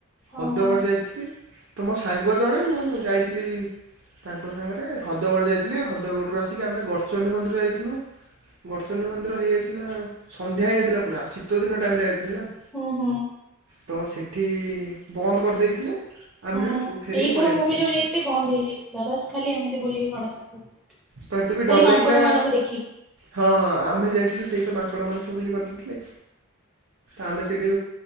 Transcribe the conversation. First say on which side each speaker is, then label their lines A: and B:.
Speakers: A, on the right (about 55°); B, in the centre.
A: ହଦଗଡ଼
B: ଓହୋ।
A: ଯାଇଥିଲି ତ ମୋ ସାଙ୍ଗ ଜଣେ ମୁଁ ଯାଇଥିଲି। ତାଙ୍କ ସାଙ୍ଗରେ ହଦଗଡ଼ ଯାଇଥିଲି ହଦଗଡ଼ରୁ ଆସିକି ଆମେ ଗଡ଼ଚଣ୍ଡି ମନ୍ଦିର ଯାଇଥିଲୁ। ଗର୍ଚନ ମନ୍ଦିର ହେଇଯାଇଥିଲା ସନ୍ଧ୍ୟା ହେଇଯାଇଥିଲା ପୁରା ଶୀତ ଦିନ ଟାଇମ ରେ ହୋଇଥିଲା ନା।
B: ହୁଁ ହୁଁ।
A: ତ ସେଇଠି ବନ୍ଦ କରିଦେଇଥିଲେ। ଆମେ
B: ହୁଁ
A: ସେଠୁ ଫେରିକି
B: ଏଇଥର
A: ପଳେଇ
B: ମୁଁ
A: ଆସିଥିଲୁ
B: ବି ଯୋଉ ଯାଇଥିଲି ବନ୍ଦ ହେଇଯାଇଥିଲା ବାସ ଖାଲି ଏମିତି ବୁଲିକି ପଡ ଆସିଥିଲି।
A: ତ ହେଠି ବି ଡର
B: ଖାଲି ମାଙ୍କଡ
A: ଲାଗିଲା
B: ମାନଙ୍କୁ ଦେଖିକି।
A: ହଁ ହଁ ଆମେ ଯାଇଥିଲୁ ସେଇ ତ ମାଙ୍କଡ ମାନେ ସବୁ ଇଏ କରିଦେଇଥିଲେ। ଆମେ ସେଇଠି